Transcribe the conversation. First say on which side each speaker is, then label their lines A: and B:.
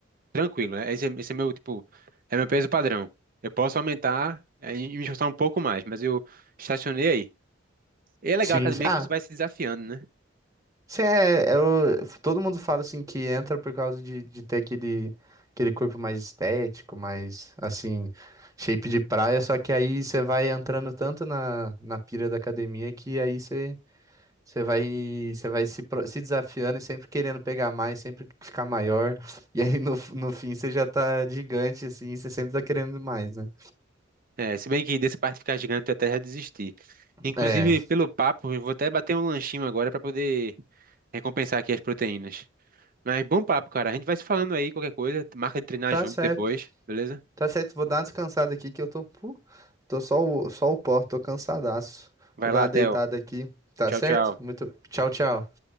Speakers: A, on the right; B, on the right.
A: tranquilo. né? Esse é, esse é meu, tipo, é meu peso padrão. Eu posso aumentar é, e me esforçar um pouco mais, mas eu estacionei aí. E é legal
B: Sim.
A: a academia
B: sim. Ah,
A: que você vai se desafiando, né?
B: sim, é, eu, todo mundo fala assim que entra por causa de, de ter aquele, aquele corpo mais estético, mais assim, shape de praia. Só que aí você vai entrando tanto na, na pira da academia que aí você Você vai, você vai se, pro- se desafiando e sempre querendo pegar mais, sempre ficar maior. E aí no, no fim você já tá gigante, assim, você sempre tá querendo mais, né?
A: É, se bem que dessa parte de ficar gigante eu até já desisti. Inclusive,
B: É,
A: pelo papo, eu vou até bater um lanchinho agora para poder recompensar aqui as proteínas. Mas bom papo, cara. A gente vai se falando aí, qualquer coisa. Marca de treinar
B: tá
A: junto
B: certo,
A: depois, beleza?
B: tá certo. Vou dar uma descansada aqui que eu tô, pu, tô só o, só o pó, tô cansadaço.
A: Vai
B: Vou dar
A: lá,
B: uma deitada
A: Theo.
B: aqui, tá
A: Tchau,
B: certo?
A: tchau.
B: Muito, tchau, tchau.